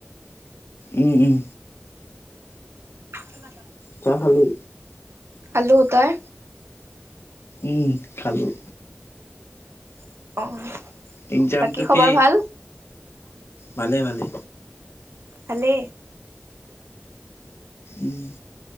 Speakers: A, on the left; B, on the right.
A: উম-উম,
B: সমানত <unintelligible>
A: ত খালি।
B: খালোঁ তই?
A: উম, খালোঁ।
B: অ',
A: এক্সাম
B: বাকী
A: তো
B: খবৰ
A: কি
B: ভাল
A: ভালে-ভালে।
B: ভালে।
A: উম'